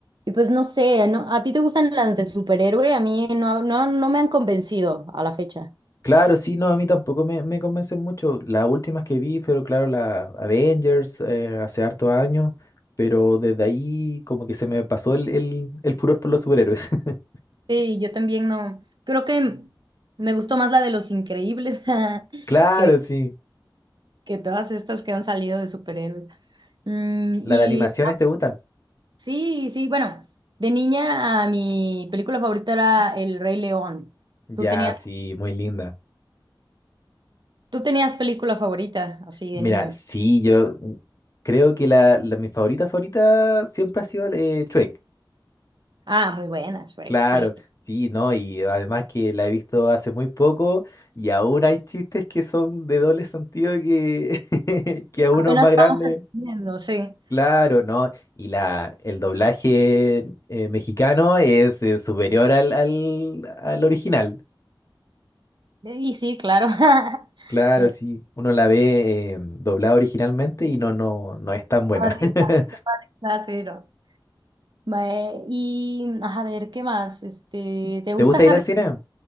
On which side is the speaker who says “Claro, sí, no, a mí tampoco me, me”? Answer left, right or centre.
Left